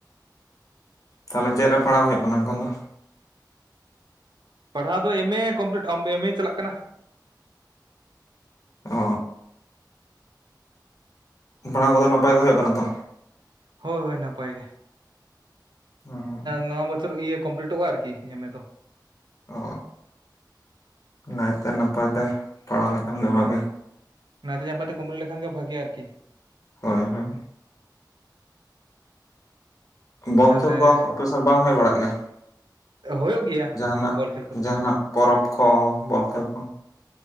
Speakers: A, on the left; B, on the right.
A: ᱛᱟᱦᱚᱞᱮ ᱪᱮᱫ ᱨᱮ ᱯᱟᱲᱟᱣ ᱦᱩᱭᱩᱜ ᱠᱟᱱᱟ ᱮᱱᱠᱷᱚᱱ ᱫᱚ?
B: ᱯᱟᱲᱦᱟᱣ ᱫᱚ ᱮᱢᱮ ᱠᱚᱢᱯᱞᱤᱴ ᱮᱢᱮ ᱪᱟᱞᱟᱜ ᱠᱟᱱᱟ ᱾
A: ᱚᱻ ᱯᱟᱲᱦᱟᱣ ᱠᱚᱫᱚ ᱱᱟᱯᱟᱭ ᱜᱮ ᱦᱩᱭᱩᱜ ᱠᱟᱱᱟ ᱛᱚ?
B: ᱦᱚᱭ ᱦᱚᱭ ᱱᱟᱯᱟᱭ ᱜᱮ ᱾
A: ᱦᱩᱸ
B: ᱱᱚᱣᱟ ᱵᱚᱪᱷᱚᱨ ᱤᱭᱟᱹ ᱠᱚᱢᱯᱞᱤᱴᱚᱜᱼᱟ ᱟᱨᱠᱤ ᱮᱢᱮ ᱫᱚ ᱾
A: ᱚ ᱱᱟᱭᱛᱮ ᱱᱟᱯᱟᱭ ᱛᱮ ᱾ ᱯᱟᱲᱦᱟᱣ ᱞᱮᱠᱷᱟᱱ ᱜᱮ
B: ᱦᱳᱭ
A: ᱵᱷᱟᱜᱮ ᱾
B: ᱱᱟᱭᱛᱮ ᱱᱟᱯᱟᱭᱛᱮ ᱠᱚᱢᱯᱞᱤᱴ ᱜᱮ ᱵᱷᱟᱜᱮ ᱟᱨᱠᱤ ᱾
A: ᱦᱚᱭ ᱦᱚᱭ ᱵᱚᱞ
B: ᱛᱟᱦᱚᱞᱮ
A: ᱠᱦᱮᱞ ᱠᱚ ᱟᱯᱮ ᱥᱮᱫ ᱵᱟᱝ ᱦᱩᱭ ᱵᱟᱲᱟᱜ ᱜᱮᱭᱟ?
B: ᱦᱳᱭᱳᱜ ᱜᱮᱭᱟ
A: ᱡᱟᱦᱟᱱᱟᱜ
B: ᱵᱚᱞ ᱠᱷᱮᱞ ᱠᱚᱫᱚ
A: ᱡᱟᱦᱟᱱᱟᱜ ᱯᱚᱨᱚᱵᱽ ᱠᱚ ᱵᱚᱞ ᱠᱷᱮᱞ ᱠᱚ